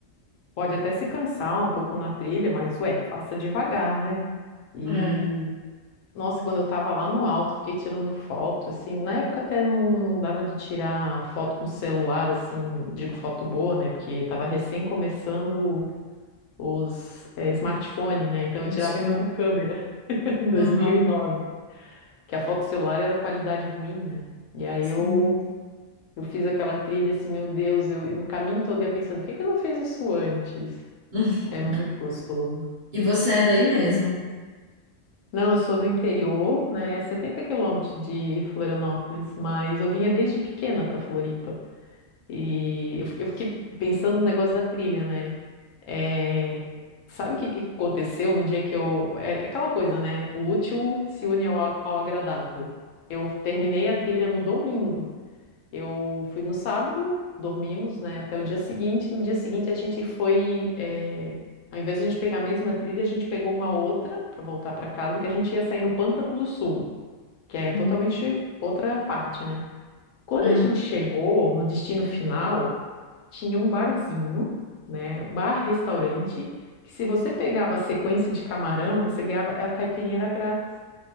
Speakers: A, on the left; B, on the right.
A: pode até se cansar um pouco na trilha, mas ué, faça devagar, né? E
B: É,
A: nossa, quando eu tava lá no alto, eu fiquei tirando foto, assim, na época até não, não dava de tirar foto com celular, assim, digo foto boa, né, porque tava recém começando os eh, smartphone, né, então eu
B: acho
A: tirava
B: que
A: ainda
B: foi.
A: com câmera, <laughs> em 2009,
B: Aham,
A: que a foto celular era qualidade ruim, né, e aí
B: sim.
A: eu, eu fiz aquela trilha, assim, meu Deus, eu no caminho todo eu ia pensando, por que que eu não fiz isso antes?
B: <laughs>
A: É muito gostoso.
B: E você é daí mesmo?
A: Não, eu sou do interior, né? 70 quilômetros de Florianópolis, mas eu vinha desde pequena para Floripa. E eu, eu fiquei pensando no negócio da trilha, né? É, sabe o que, que aconteceu no dia que eu. É é aquela coisa, né? O útil se une ao, ao agradável. Eu terminei a trilha no domingo. Eu fui no sábado, dormimos, né, até o dia seguinte. No dia seguinte a gente foi, eh, ao invés de a gente pegar a mesma trilha, a gente pegou uma outra para voltar para casa, que a gente ia sair no Pântano do Sul, que é
B: Hum,
A: totalmente outra parte, né? Quando
B: aham.
A: a gente chegou no destino final, tinha um barzinho, né, bar-restaurante, que se você pegava a sequência de camarão, você ganhava, a caipirinha era grátis.